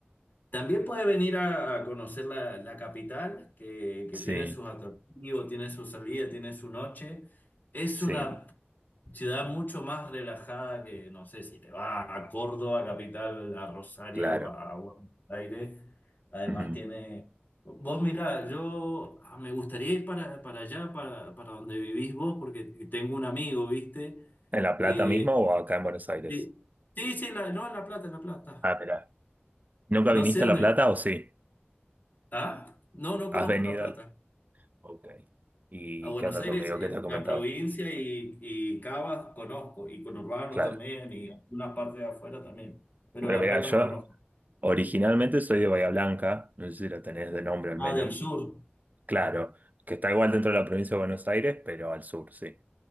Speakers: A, on the left; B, on the right.
A: También puede venir a, a conocer la, la capital, que, que
B: sí,
A: tiene sus atractivos, tiene su salida, tiene su noche. Es
B: sí,
A: una ciudad mucho más relajada que, no sé, si te vas a Córdoba, capital, a Rosario,
B: claro.
A: a Buenos Aires. Además
B: ujú.
A: tiene... Vos mirá, yo ah, me gustaría ir para, para allá, para, para donde vivís vos, porque tengo un amigo, ¿viste?
B: ¿En La Plata
A: Eh,
B: mismo o acá en Buenos Aires?
A: sí, sí, sí, la- no, en La Plata, en La Plata.
B: Ah, mira. ¿Nunca
A: No
B: viniste
A: sé dónde...
B: a La Plata o sí?
A: Ah, no, no
B: ¿Has
A: conozco
B: venido?
A: La Plata.
B: Ok. ¿Y
A: A Buenos
B: qué onda
A: Aires,
B: tu amigo?
A: eh,
B: ¿Qué te ha comentado?
A: la provincia y, y Cava conozco, y Conurbano
B: Claro.
A: también, y algunas partes de afuera también, pero
B: Bueno,
A: La
B: mira,
A: Plata
B: yo
A: no conozco.
B: originalmente soy de Bahía Blanca, no sé si lo tenés de nombre al
A: Ah,
B: menos.
A: del sur.
B: Claro, que está igual dentro de la provincia de Buenos Aires, pero al sur, sí.